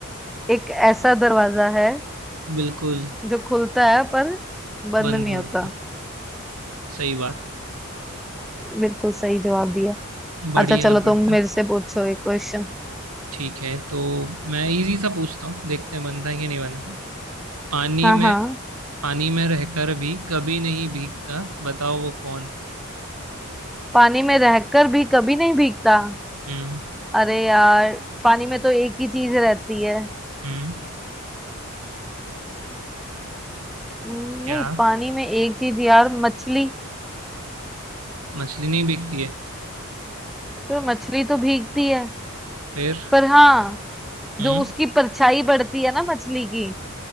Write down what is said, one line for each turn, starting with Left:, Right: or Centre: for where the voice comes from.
Centre: एक ऐसा दरवाजा है
Right: बिल्कुल
Centre: जो खुलता है पर बंद
Right: बंद
Centre: नहीं
Right: नहीं
Centre: होता
Right: होता सही बात
Centre: बिल्कुल सही जवाब दिया
Right: बढ़िया
Centre: अच्छा चलो
Right: बढ़िया
Centre: तुम मेरे से पूछो एक क्वेश्चन
Right: ठीक है तो मैं इजी सा पूछता हूँ देखते हैं बनता है कि नहीं बनता पानी
Centre: हाँ
Right: में
Centre: हाँ
Right: पानी में रहकर भी कभी नहीं भीगता बताओ वो कौन
Centre: पानी में रहकर भी कभी नहीं भीगता
Right: हम्म
Centre: अरे यार पानी में तो एक ही चीज रहती है
Right: हम्म
Centre: हम्म,
Right: क्या
Centre: नहीं पानी में एक चीज यार मछली
Right: मछली नहीं भीगती है
Centre: तो मछली तो भीगती है
Right: फिर
Centre: पर हाँ
Right: हम्म
Centre: जो उसकी परछाई पड़ती है ना मछली की